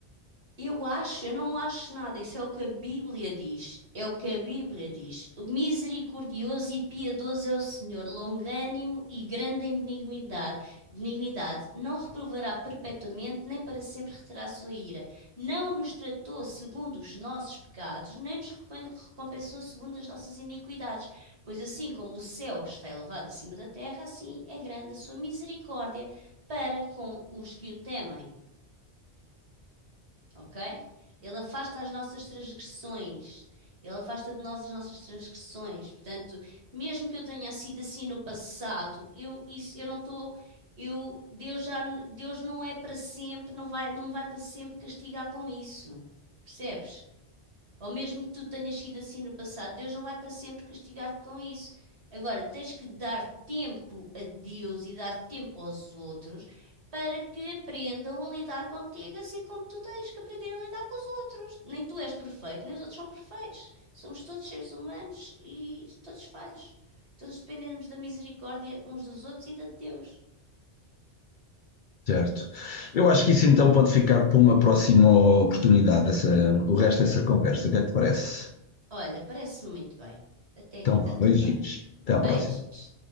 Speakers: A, on the right; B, on the left.
A: Eu acho, eu não acho nada. Isso é o que a Bíblia diz. É o que a Bíblia diz. O misericordioso e piedoso é o Senhor, longânimo e grande em benignidade. Benignidade. Não reprovará perpetuamente, nem para sempre reterá a sua ira. Não nos tratou segundo os nossos pecados, nem nos recompen- recompensou segundo as nossas iniquidades. Pois assim como o céu está elevado acima da terra, assim é grande a sua misericórdia para com os que o temem ok? Ele afasta as nossas transgressões. Ele afasta de nós as nossas transgressões. Portanto, mesmo que eu tenha sido assim no passado, eu isso eu não estou eu Deus já Deus não é para sempre, não vai não me vai para sempre castigar com isso. Percebes? Ou mesmo que tu tenhas sido assim no passado, Deus não vai para sempre castigar-te com isso. Agora, tens que dar tempo a Deus e dar tempo aos outros para que aprendam a lidar contigo, assim como tu tens que aprender a lidar com os outros. Nem tu és perfeito, nem os outros são perfeitos. Somos todos seres humanos e todos falhos. Todos dependemos da misericórdia uns dos outros e da de Deus.
B: Certo. Eu acho que isso então pode ficar para uma próxima oportunidade, essa, o resto dessa conversa. O que é que te parece?
A: Olha, parece-me muito bem. Até
B: Então
A: aqui está
B: vá,
A: tudo
B: beijinhos.
A: bem.
B: Até à
A: Beijinhos.
B: próxima.